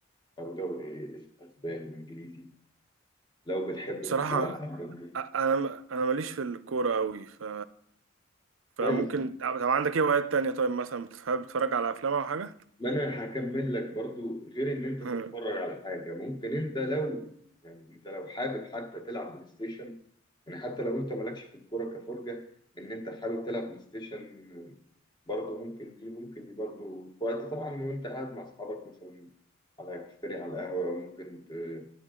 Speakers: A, on the left (about 25°); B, on the right (about 85°).
A: أو دوري إسباني إنجليزي لو بتحب
B: بصراحة
A: تتفرج على الدوري.
B: أ- أنا أنا ماليش في الكورة أوي ف فممكن
A: طيب
B: طب عندك إيه هوايات تانية طيب مثلا بتحب تتفرج على أفلام أو حاجة؟
A: ما انا هكمل لك برضو غير ان انت
B: <laughs>
A: تتفرج على حاجه ممكن انت لو يعني انت لو حابب حتى تلعب بلاي ستيشن يعني حتى لو انت مالكش في الكوره كفرجه ان انت حابب تلعب بلاي ستيشن برضو ممكن دي ممكن دي برضو في وقت طبعا وانت قاعد مع اصحابك مثلا على كافتيريا على القهوه ممكن ت-